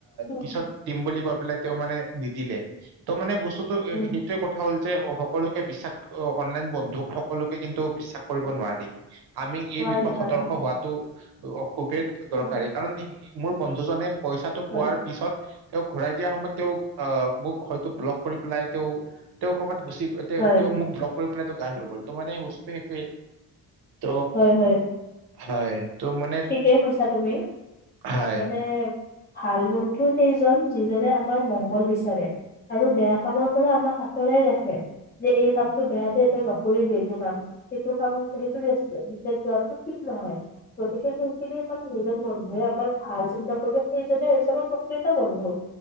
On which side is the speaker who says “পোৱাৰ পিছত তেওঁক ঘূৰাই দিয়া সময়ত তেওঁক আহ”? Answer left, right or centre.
Right